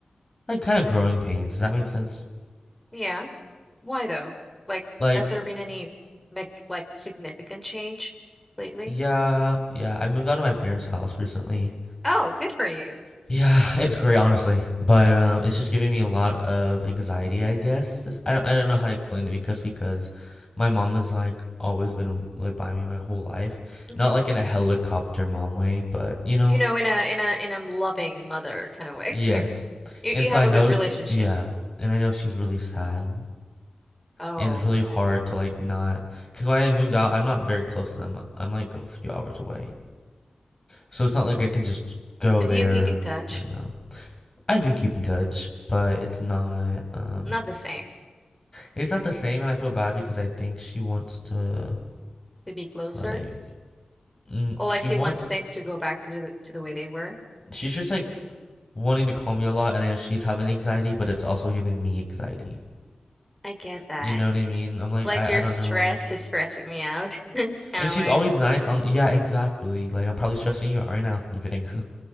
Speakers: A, on the left (about 25°); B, in the centre.
A: like kind of growing pains. Does that make sense?
B: yeah. Why though? Like,
A: Like
B: has there been any like like significant change lately?
A: Yeah, yeah. I moved out of my parents' house recently.
B: Oh, good for you.
A: Yeah, it's great, honestly. But um, it's just giving me a lot of anxiety, I guess. This, I don't, I don't know how to explain it because because my mom has like always been like by me my whole life.
B: hmm
A: Not like in a helicopter mom way, but you know,
B: You know, in a in a in a loving mother kind of way.
A: yes.
B: <laughs> You
A: And
B: you
A: so
B: have
A: I
B: a
A: know,
B: good relationship.
A: yeah, and I know she's really sad.
B: Oh,
A: And it's really hard to like not, because when I moved out, I'm not very close to them. I'm like a few hours away. So it's not like I can just go
B: but
A: there
B: do you keep in touch?
A: right now. I do keep in touch, but it's not um
B: Not the same.
A: it's not the same and I feel bad because I think she wants to
B: To be closer.
A: like mm,
B: Alexia
A: she want
B: wants things to go back to the to the way they were.
A: she's just like wanting to call me a lot and I know she's having anxiety, but it's also giving me anxiety.
B: I get that.
A: You know what I mean? I'm like
B: Like
A: I
B: your
A: I don't
B: stress
A: know.
B: is stressing me out <laughs> kind of
A: And she's
B: way.
A: always nice on yeah, exactly. Like I'm probably stressing you out right now. I'm kidding. <laughs>